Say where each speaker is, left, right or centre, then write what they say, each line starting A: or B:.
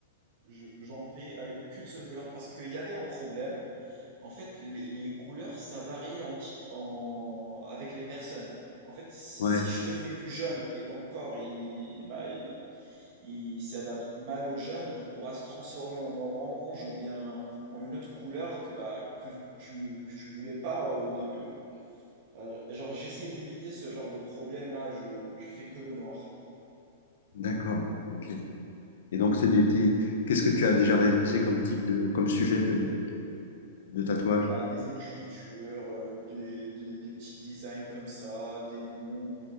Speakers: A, on the right (about 55°); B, on the left (about 75°).
A: Je j'en fais avec qu'une seule couleur parce qu'il y avait un problème. En fait, les les couleurs, ça varie en ti en avec les personnes. En fait, si
B: Ouais,
A: je te fais du jaune et ton corps, il bah, il il s'adapte mal au jaune, il pourra se transformer en orange ou bien en une autre couleur que, bah, que tu que tu voulais pas au début. Euh, genre, j'essaie d'éviter ce genre de problème-là, je, je fais que le noir.
B: d'accord. Ok. Et donc c'est des petits. Qu'est-ce que tu as déjà réalisé comme type de, comme sujet de, de tatouage?
A: Bah, des écritures, euh, des, des- des petits designs comme ça, des loups,